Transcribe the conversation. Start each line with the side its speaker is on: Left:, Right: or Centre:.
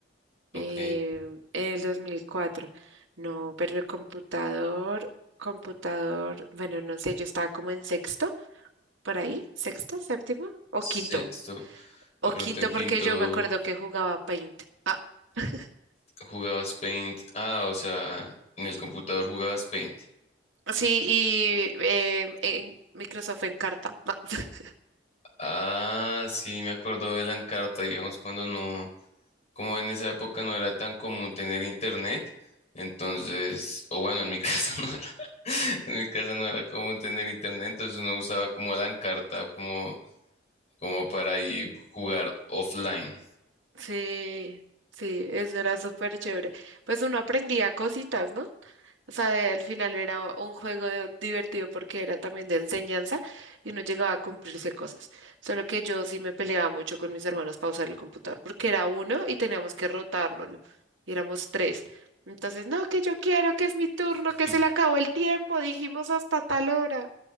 Left: Ok,
Right: eh, en el dos mil cuatro No, pero el computador, computador, bueno, no sé, yo estaba como en sexto, por ahí, sexto, séptimo o
Left: sexto.
Right: quinto, o
Left: De pronto
Right: quinto
Left: en quinto
Right: porque yo me acuerdo que jugaba Paint. Ah, <laughs>
Left: jugabas Paint. Ah, o sea, en el computador jugabas Paint.
Right: sí, y eh, en Microsoft Encarta. No. <laughs>
Left: Ah, sí, me acuerdo de la Encarta, digamos, cuando no, como en esa época no era tan común tener internet. Entonces, o bueno, en mi <laughs> casa no era, en mi casa no era común tener internet, entonces uno usaba como la Encarta, como como para ahí jugar offline.
Right: Sí, sí, eso era súper chévere. Pues uno aprendía cositas, ¿no? O sea, de- al final era un juego de- divertido porque era también de enseñanza y uno llegaba a cumplirse cosas. Solo que yo sí me peleaba mucho con mis hermanos para usar el computador porque era uno y teníamos que rotárnoslo. Y éramos tres. Entonces, no, que yo quiero, que es mi turno,
Left: <laughs>
Right: que se le acabó el tiempo, dijimos hasta tal hora.